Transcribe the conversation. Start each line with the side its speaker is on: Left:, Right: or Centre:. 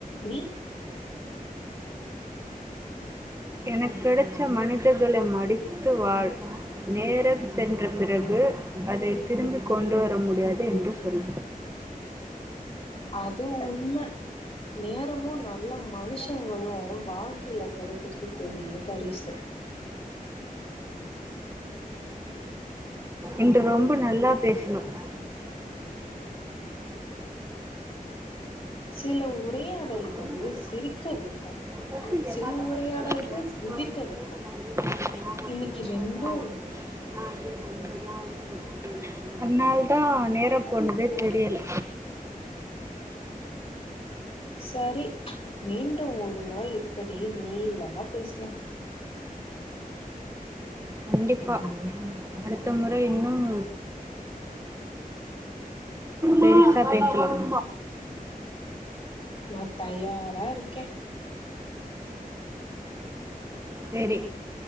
Left: நீ
Right: எனக்கெடைச்ச மனிதர்களை மடித்து வாழ் நேரம் சென்ற பிறகு அதை திரும்பி கொண்டு வர முடி முடியாது என்று சொல்
Left: அது உண்மை நேரமும் நல்ல மனுஷங்களும் வாழ்க்கையில கிடைக்கறது பெரிய பரிசு
Right: இன்று ரொம்ப நல்லா பேசணும் <inaudible>
Left: சில உரையாடல்கள்
Right: பொண்ணு
Left: சிரிக்க வைக்கும்
Right: ஃபர்ஸ்ட் என்
Left: சில
Right: பாப்பா
Left: உரையாடல்கள்
Right: கடன்
Left: சிந்திக்க
Right: நான் வந்து
Left: வைக்கும்
Right: வேண்டாம் கொஞ்சம் இருக்கேன். நான் மட்டும்தானே
Left: இன்னைக்கு ரெண்டும்
Right: வரணும்
Left: இருந்தது
Right: நான் இங்கே வந்து நான் வந்து அதனால தான் நேர போனதே தெரியல
Left: சரி மீண்டும் ஒரு நாள் இப்படி நீலமா பேசலாம்
Right: கண்டிப்பா அடுத்த முறை இன்னும் பெரிசா பேசலாம்
Left: நான் தயாரா இருக்கேன்
Right: சேரி